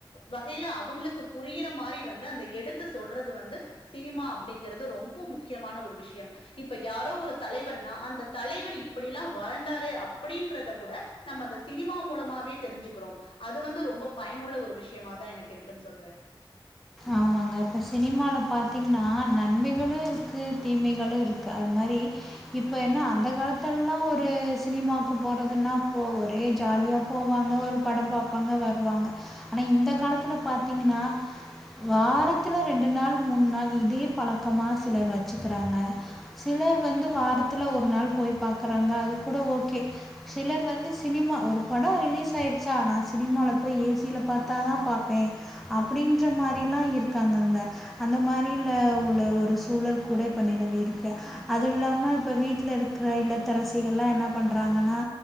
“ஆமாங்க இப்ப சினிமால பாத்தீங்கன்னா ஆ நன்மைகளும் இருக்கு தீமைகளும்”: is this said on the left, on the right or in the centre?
Centre